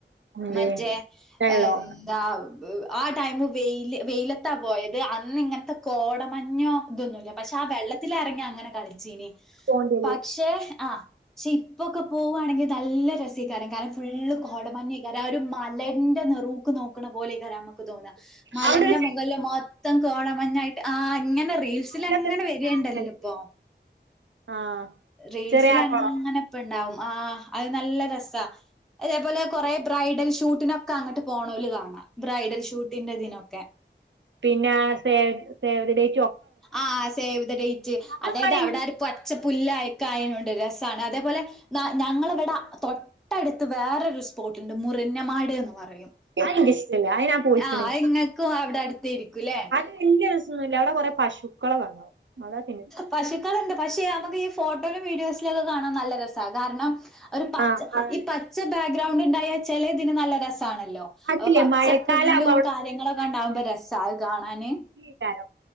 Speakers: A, on the right; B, in the centre.
A: എന്തേ
B: മറ്റേ
A: വെള്ളോ
B: എന്താ ആ ടൈമ് വെയില് വെയിലത്താ പോയത് അന്നിങ്ങൻത്തെ കോടമഞ്ഞോ ഇതൊന്നുല്ല. പക്ഷേ ആ വെള്ളത്തില് എറങ്ങി അങ്ങനെ കളിച്ചീന്.
A: പോണ്ടിയത്
B: പക്ഷേ ആഹ് ക്ഷെ ഇപ്പൊക്കെ പോവുവാണെങ്കിൽ നല്ല രസേകാരം കാരണം ഫുള്ള് കോടമഞ്ഞേക്കാരം ആ ഒരു മലന്റെ നിർ ക്കു നോക്കണ പോലെകാരം അമ്മക്ക് തോന്നാ. മലന്റെ
A: അവിടെ ഒരു
B: മൊകളിൽ മൊത്തം കോടമഞ്ഞായിട്ട് ആഹ് ഇങ്ങനെ റീൽസ്
A: അയിലൊക്കെ
B: ലങ്ങനെ
A: ഇങ്ങനെ
B: വരിണ്ടല്ലപ്പൊ.
A: ചാടി കളിക്കും ആഹ്
B: റീൽസിലങ്ങനെ
A: ചെറിയ ആ കൊളം
B: പ്പിണ്ടാവും ആ അത് നല്ല രസ. അതേപോലെ കൊറേ ബ്രൈഡൽ ഷൂട്ടിനൊക്കെ അങ്ങട്ട് പോണോല് കാണാം. ബ്രൈഡൽ ഷൂട്ടിന്റെ ഇതിനൊക്കെ.
A: പിന്നെ സെ സേവ് ദി ഡേറ്റ്
B: ആഹ് സേവ്ത ഡേറ്റ്
A: നമ്മള്
B: അതായത്
A: വേണേ
B: അവിടപ്പടച്ച പുല്ലായി കായനുണ്ട് രസാണ് അതേപോലെ ഞങ്ങളിവിടെ തൊ പടുത്ത് വേറൊരു സ്പോട്ടുണ്ട് മുറിഞ്ഞമാട് എന്ന് പറയും
A: അത് എനിക്കിഷ്ടല്ല അത് ഞാൻ പോയിക്കണ്
B: ആഹ് ഇങ്ങക്കും അവിടെ അടുത്ത ആയിരിക്കൂ ല്ലേ
A: വലിയ രസൊന്നുമില്ല അവിടെ കൊറെ പശുക്കളെ കാണാം അതാ പിന്നെ
B: പശുക്കളുണ്ട് പക്ഷെ നമുക്ക് ഈ ഫോട്ടോയിലും വീഡിയോസിലും ഒക്കെ കാണാൻ നല്ല രസ കാരണം ഒരു പച്
A: ആഹ് അതാണ്
B: ഈ പച്ച ബാക്ക്ഗ്രൗണ്ട് ഉണ്ടായാ ചില ഇതിന് നല്ല രസാണല്ലോ
A: അതില്ലേ
B: അപ്പൊ പച്ചപ്പുല്ലും
A: മഴക്കാലം ആകുമ്പോ അവിടെ
B: കാര്യങ്ങളൊക്കെ
A: ഫുള്ള് ചളി
B: ഉണ്ടാവുമ്പോ
A: ചളി
B: രസ അത് കാണാന്
A: ചളിക്കാരം